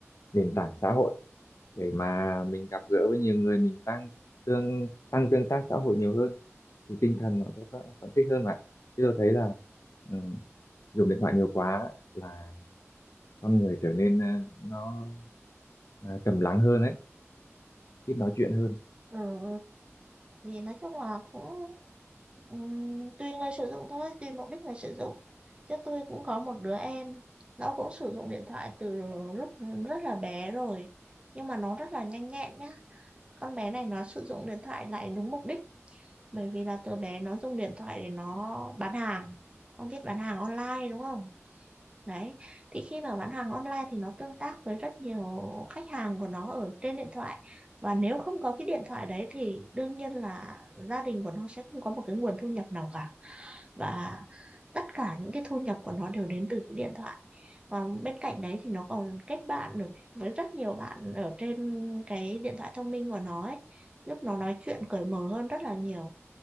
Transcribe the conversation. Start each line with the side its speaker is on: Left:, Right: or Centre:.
Left: nền tảng xã hội để mà mình gặp gỡ với nhiều người mình tăng tương tăng tương tác xã hội nhiều hơn thì tinh thần nó sẽ phấn khích hơn mà chứ tôi thấy là ừ, dùng điện thoại nhiều quá là con người trở nên ờ, nó ờ, trầm lắng hơn ấy ít nói chuyện hơn
Right: ừ, thì nói chung là cũng Ừm, tùy người sử dụng thôi tùy mục đích người sử dụng chứ tôi cũng có một đứa em nó cũng sử dụng điện thoại từ lúc rất là bé rồi nhưng mà nó rất là nhanh nhẹn nhá con bé này nó sử dụng điện thoại lại đúng mục đích bởi vì là từ bé nó dùng điện thoại để nó bán hàng ông biết bán hàng online đúng không đấy thì khi mà bán hàng online thì nó tương tác với rất nhiều khách hàng của nó ở trên điện thoại và nếu không có cái điện thoại đấy thì đương nhiên là gia đình của nó sẽ không có một cái nguồn thu nhập nào cả và tất cả những cái thu nhập của nó đều đến từ cái điện thoại và bên cạnh đấy thì nó còn kết bạn được với rất nhiều bạn ở trên cái điện thoại thông minh của nó ấy giúp nó nói chuyện cởi mở hơn rất là nhiều